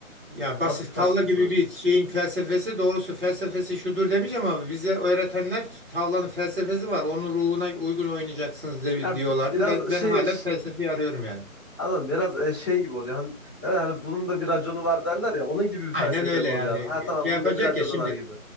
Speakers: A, on the right; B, on the left.
A: Ya basit
B: nasıl bir felsefesi
A: tavla gibi
B: var?
A: bir şeyin felsefesi doğrusu felsefesi şudur demeyeceğim ama bize öğretenler tavlanın felsefesi var. Onun ruhuna uygun oynayacaksınız de,
B: Ya
A: diyorlardı.
B: biraz
A: Ben, ben
B: şey
A: hala felsefeyi arıyorum yani.
B: Anladım. Biraz e, şey gibi oluyor. Hani, yani hani bunun da bir raconu var derler ya. Onun gibi bir felsefe
A: Aynen öyle
B: mi oluyor
A: yani.
B: abi? Ha tamam
A: Şey
B: bunun
A: yapacak
B: da bir raconu
A: ya şimdi.
B: var gibi.